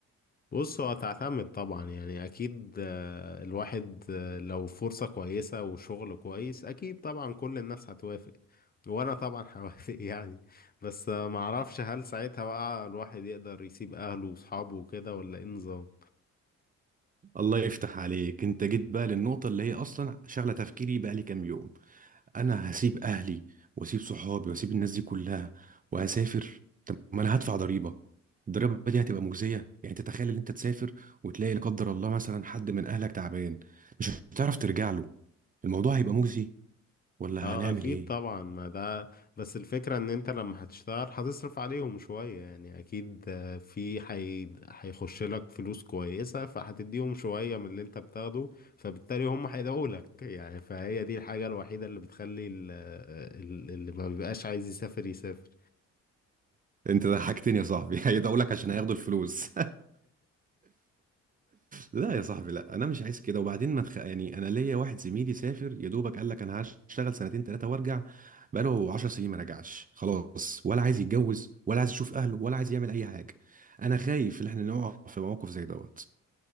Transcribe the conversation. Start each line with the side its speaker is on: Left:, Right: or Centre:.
Left: بص هو هتعتمد طبعا يعني اكيد آه، الواحد آه، لو فرصة كويسة وشغل كويس اكيد طبعا كل الناس هتوافق وانا طبعا هوافق <laughs> يعني بس آه، معرفش هل ساعتها بقى الواحد يقدر يسيب اهله واصحابه وكده ولا ايه نظام
Right: الله يفتح عليك انت جيت بقى للنقطة اللي هي اصلا شغلة تفكيري بقى لي كام يوم انا هسيب اهلي واسيب صحابي واسيب الناس دي كلها وهسافر طب ما انا هدفع ضريبة الضريبة دي هتبقى مجزية يعني تتخيل ان انت تسافر وتلاقي لا قدر الله مثلا حد من اهلك تعبان مش هتعرف ترجع له الموضوع هيبقى مجزي ولا
Left: اه
Right: هنعمل
Left: اكيد
Right: ايه
Left: طبعا ما ده بس الفكرة ان انت لما هتشتغل هتصرف عليهم شوية يعني اكيد آه، في حي... هيخش لك فلوس كويسة فهتديهم شوية من اللي انت بتاخده فبالتالي هم هيدعوا لك يعني فهي دي الحاجة الوحيدة اللي بتخلي ال... ال- اللي ما بيبقاش عايز يسافر يسافر
Right: انت ضحكتني يا صاحبي <laughs> هيدعوا لك عشان هياخدوا الفلوس لا يا صاحبي لا انا مش عايز كده وبعدين ما تخ... يعني انا ليا واحد زميلي سافر يا دوبك قال لك انا هشتغل سنتين ثلاثه وارجع بقاله 10 سنين ما رجعش خلاص ولا عايز يتجوز ولا عايز يشوف اهله ولا عايز يعمل اي حاجه انا خايف ان احنا نقع في موقف زي دوت